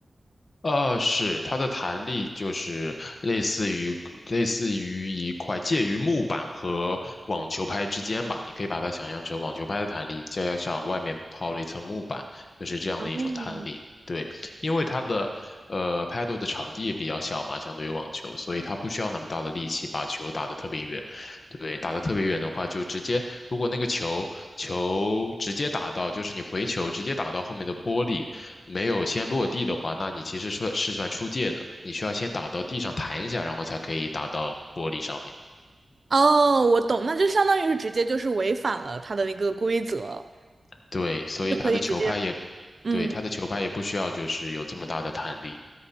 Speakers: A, on the left; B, on the right.
A: 呃，是，它的弹力就是类似于类似于一块介于木板和网球拍之间吧，你可以把它想象成网球拍的弹力，加上外面抛了一层木板，就是这样的一种弹力。
B: 哦，
A: 对，因为它的呃 paddle 的场地也比较小嘛，相对于网球，所以它不需要那么大的力气把球打得特别远。对，打得特别远的话，就直接如果那个球球直接打到，就是你回球直接打到后面的玻璃。没有先落地的话，那你其实算是算出界的，你需要先打到地上弹一下，然后才可以打到玻璃上面。
B: 哦，我懂，那就相当于是直接就是违反了它的一个规则，
A: 对，所以他的球拍也，
B: 就可以直接，嗯，
A: 对，他的球拍也不需要就是有这么大的弹力。